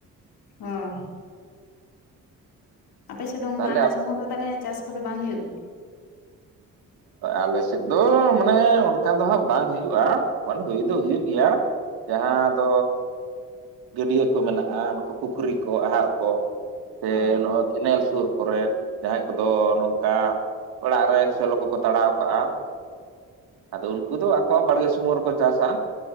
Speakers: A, on the left; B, on the right.
A: ᱦᱳᱭ, ᱟᱯᱮᱥᱮᱫ ᱫᱚ ᱚᱱᱠᱟ
B: ᱛᱟᱦᱚᱞᱮ
A: ᱟᱱᱟᱡᱽ ᱠᱚᱦᱚᱸ ᱛᱚ ᱛᱟᱦᱚᱞᱮ ᱪᱟᱥ ᱠᱚᱫᱚ ᱵᱟᱝ ᱦᱩᱭᱩᱜ ᱜᱮᱭᱟ?
B: ᱟᱞᱮ ᱥᱮᱫ ᱫᱚ ᱢᱟᱱᱮ ᱚᱱᱠᱟ ᱫᱚ ᱦᱟᱸᱜ ᱵᱟᱝ ᱦᱩᱭᱩᱜᱼᱟ, ᱢᱟᱱᱮ ᱦᱩᱭ ᱫᱚ ᱦᱩᱭᱩᱜ ᱜᱮᱭᱟ᱾ ᱡᱟᱦᱟᱸ ᱫᱚ ᱜᱟᱹᱰᱭᱟᱹ ᱠᱚ ᱢᱮᱱᱟᱜᱼᱟ, ᱵᱟᱠᱚ ᱯᱩᱠᱷᱨᱤ ᱠᱚ, ᱟᱦᱟᱨ ᱠᱚ, ᱥᱮ
A: ᱦᱳᱭ
B: ᱱᱚᱣᱟ ᱠᱮᱱᱮᱞ ᱥᱩᱨ ᱠᱚᱨᱮ᱾ ᱡᱟᱦᱟᱸᱭ ᱠᱚᱫᱚ ᱱᱚᱝᱠᱟ ᱚᱲᱟᱜ ᱨᱮ ᱥᱮᱞᱚ ᱠᱚᱠᱚ ᱛᱟᱲᱟᱣ ᱠᱟᱜ-ᱟ᱾ ᱟᱫᱚ ᱩᱱᱠᱩ ᱫᱚ ᱟᱠᱚ-ᱟ ᱵᱟᱲᱜᱮ ᱥᱩᱢᱚᱦᱚ ᱨᱮᱠᱚ ᱪᱟᱥᱟ,